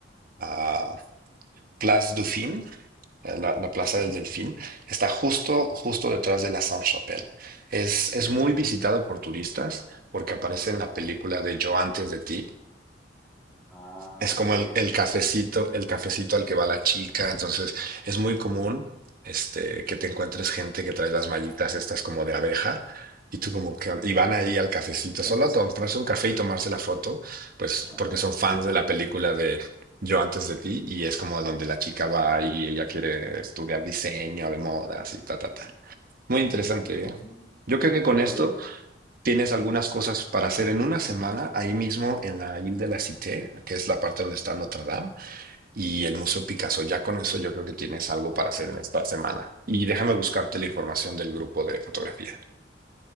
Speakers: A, on the right; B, in the centre.
A: a Place Dauphine, eh, la, la Plaza
B: ujú.
A: del Delfín, está justo, justo detrás de la Sainte-Chapelle. Es, es muy visitada por turistas porque aparece en la
B: Ah,
A: película de Yo antes de ti,
B: ah,
A: es
B: ok.
A: como el, el cafecito, el cafecito al que va la chica. Entonces, es muy común este, que te encuentres gente que trae las mallitas estas como de abeja y tú como que y van ahí al cafecito,
B: <laughs>
A: solo a comprarse un café y tomarse la foto, pues
B: Ajá,
A: porque
B: lo
A: son
B: que
A: fans
B: estuvieron
A: de la
B: ahí.
A: película de Yo antes de ti y es como donde la chica va y ella quiere estudiar diseño de modas y ta, ta, ta. Muy interesante,
B: Mm,
A: ¿eh? Yo creo que con
B: órale,
A: esto Tienes
B: Ujú.
A: algunas cosas para hacer en una semana ahí mismo en la Ile de la Cité, que es la parte donde está Notre Dame, y el Museo Picasso. Ya con eso yo creo que tienes algo para hacer en esta semana. Y déjame buscarte la información del grupo de fotografía.